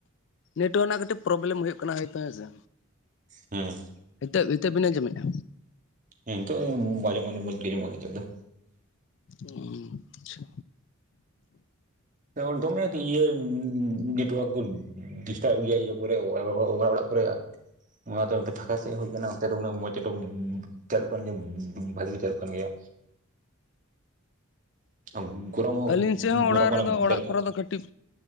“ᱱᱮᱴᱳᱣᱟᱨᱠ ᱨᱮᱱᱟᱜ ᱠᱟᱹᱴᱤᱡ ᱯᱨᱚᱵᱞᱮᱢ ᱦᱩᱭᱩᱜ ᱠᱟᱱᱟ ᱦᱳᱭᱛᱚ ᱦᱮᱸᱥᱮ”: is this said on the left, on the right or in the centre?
Left